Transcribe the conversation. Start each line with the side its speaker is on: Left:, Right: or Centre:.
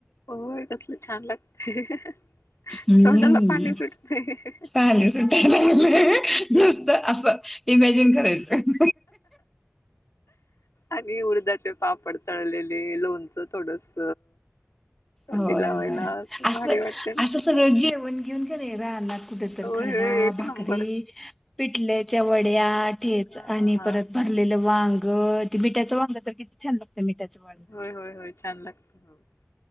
Left: होय कसलं छान लागतय.
Centre: हम्म.
Left: तोंडाला पाणी सुटतय
Centre: पानी सुट्टायला नुसतं असं इमॅजिन करायचं.
Left: आणि उर्धाचे पापड तळलेले लोणचं थोडस तोंडी
Centre: होय
Left: लावायला
Centre: होय
Left: भारी
Centre: असं
Left: वाटते ना.
Centre: असं सगळं जे आपन घेऊन गेले राहनात कुठ तर
Left: होय
Centre: खरडा
Left: होय एक
Centre: भाकरी
Left: नंबर.
Centre: पिटल्याच्या वड्या. तेच
Left: हा
Centre: आणि
Left: हा हा
Centre: परत भरलेलं वांग ते मिठ्याच वांग तर कती छान लागत मीठाच वागते
Left: होय होय होय छान लागत